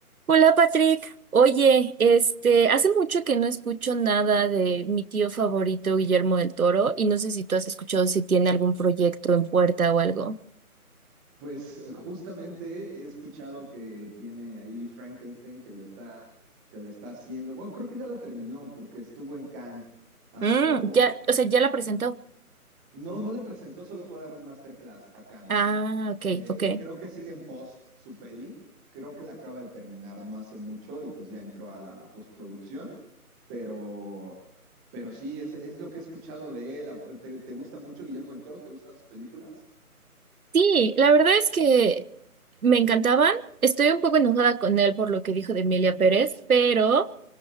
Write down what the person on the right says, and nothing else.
Hola Patrick, oye, este, hace mucho que no escucho nada de mi tío favorito Guillermo del Toro y no sé si tú has escuchado si tiene algún proyecto en puerta o algo.
Mm,
ya, o sea, ya la presentó.
Ah, ok,
ok.
Sí, la verdad es que me encantaban. Estoy un poco enojada con él por lo que dijo de Emilia Pérez, pero